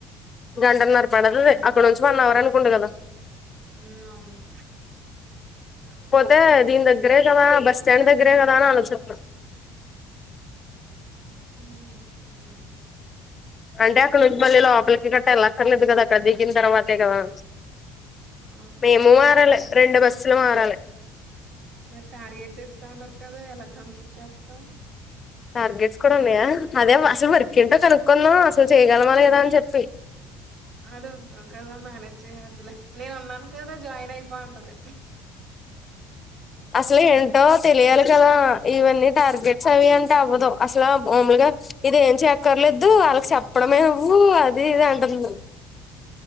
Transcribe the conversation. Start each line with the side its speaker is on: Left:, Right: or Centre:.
Left: గంటన్నర పడ్తది. అక్కడ్ నుంచి వన్ అవర్ అనుకుంట కదా
Right: మ్ అవును
Left: తే దీన్ దగ్గరే కదా బస్ స్టాండ్ దగ్గరే కదా అని ఆలోచిస్
Right: హుహు. హ్మ్.
Left: అంటే అక్కడ్నుంచి
Right: అదే.
Left: మళ్ళీ లోపల్ <unintelligible> అక్కడ్నే కదా అక్కడ దిగిన తర్వాతే కదా
Right: ఆ!
Left: మేము
Right: మరి టార్గెట్స్
Left: మారాలె రెండు బస్సులు మారాలె
Right: మరి టార్గెట్స్ ఇస్తాన్నార్ కదా ఎలా కంప్లీట్ చేస్తావ్
Left: టార్గెట్స్ కుడా ఉన్నయా అదే అసల్ వర్క్ ఏంటో కనుక్కుందాం అసల్ చేయగలమా లేదా అన్ చెప్పి
Right: అందుంటద్ కదా మేనేజ్ చే అద్దులే నేన్ ఉన్నాను కదా జాయిన్ అయిపో అంటది.
Left: అసలు ఏంటో తెలియాలి కదా ఇవన్నీ టార్గెట్స్ అవి అంటే అవ్వదు. అసలా మామూల్గా ఇది ఏం చెయక్కర్లేదు వాళ్ళకి చెప్పడమే అవ్వు అది ఇది అంటుంది.